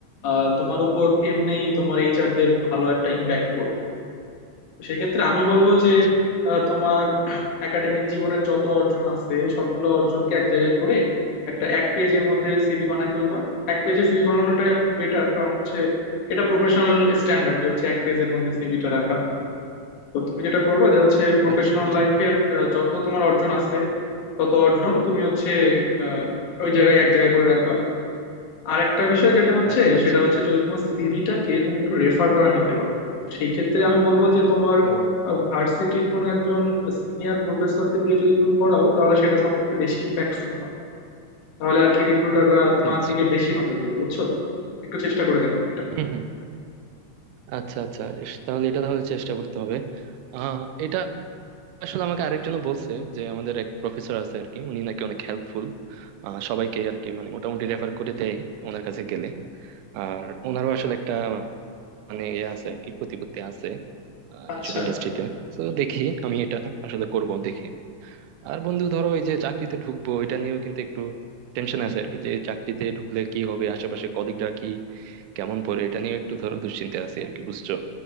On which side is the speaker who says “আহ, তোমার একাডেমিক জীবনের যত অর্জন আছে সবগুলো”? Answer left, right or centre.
Left